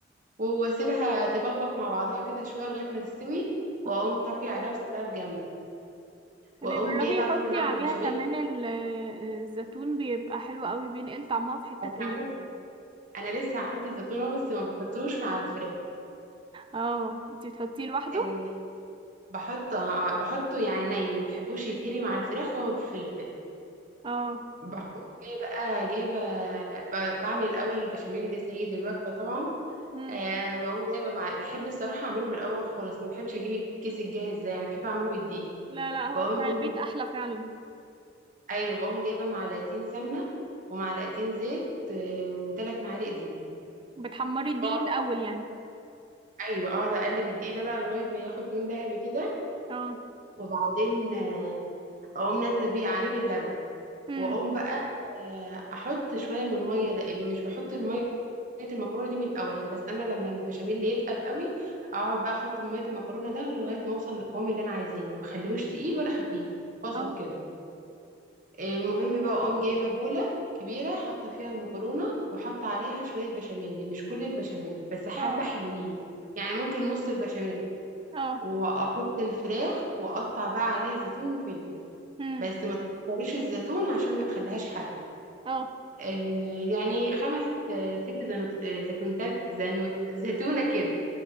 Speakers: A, on the right; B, on the right.
A: واسيبها تبقبق مع بعضها كده شويه لغايه ما تستوي واقوم
B: اه.
A: طافيه عليها واسيبها في جنب
B: بيجربي
A: واقوم جايه بقى
B: حطي
A: طبعا اعمل
B: عليها
A: بشاميل
B: كمان ال- الزيتون بيبقى حلو قوي بينقل طعمها في حتة
A: او
B: تانية
A: معايا انا لسه هحط الزيتون اهو بس ما بحطوش مع الفراخ
B: اه انتي بتحطيه لوحده
A: يعني بحطه آه، بحطه يعني ني ما بحبوش يتهري مع الفراخ هو الفلفل
B: اه
A: بحط جايه بقى جايبه ب- بعمل الاول بشاميل سيد الوجبه طبعا
B: امم
A: أه بقوم جايبه مع بحب الصراحه اعمله من الاول خالص ما بحبش اجيب الكيس الجاهز ده يعني بحب اعمله بالدقيق
B: لا لا هو
A: بقوم
B: بتاع
A: جايبه
B: البيت احلى فعلا
A: ايوه بقوم جايبه معلقتين سمنه ومعلقتين زيت آه، وثلاث معالق دقيق
B: بتحمري الدقيق
A: بقعد
B: الاول
A: أقلب-
B: يعني
A: ايوه اقعد اقلب الدقيق ده بقى لغايه ما ياخد لون دهبي كده
B: اه
A: وبعدين آه، اقوم نازله بيه عليه باللبن
B: امم
A: واقوم بقى آه، احط شويه من الميه ده مش بحط الميه المكرونه دي من الاول يعني بستنى لما البشاميل يتقل قوي اقعد بقى احط من ميه المكرونه ده لغايه ما اوصل للقوام اللي انا عايزاه ما بخليهوش تقيل ولا خفيف وسط
B: اه
A: كده المهم بقى اقوم جايبه بوله كبيره حاطه فيها المكرونه وحاطه عليها شويه بشاميل مش كل البشاميل بس حبه
B: اه
A: حلوين يعني ممكن نص البشاميل
B: اه
A: واحط الفراخ واقطع بقى عليها زيتون وفلفل
B: امم
A: بس ما تكتريش الزيتون عشان ما تخليهاش حادقه
B: اه
A: آه يعني خمس آه ست زنو- آه، زيتونتات زنو- زيتونه كده